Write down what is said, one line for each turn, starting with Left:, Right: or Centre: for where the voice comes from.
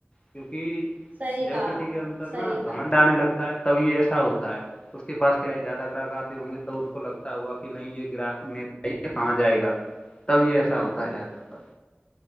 Left: کیونکہ
Right: صحیح
Left: جب
Right: کہا
Left: کسی کے انتر
Right: صحیح
Left: نا
Right: کہا
Left: گمنڈ آنے لگتا- تب یہ ایسا ہوتا ہے اس کے پس کیا ہے زیادہ گراہ آتے ہوں گے تو اس کو لگتا- ہوا کہ نہیں یہ گراہک م کہاں جائے گا تب یہ ایسا ہوتا جائے گا سر-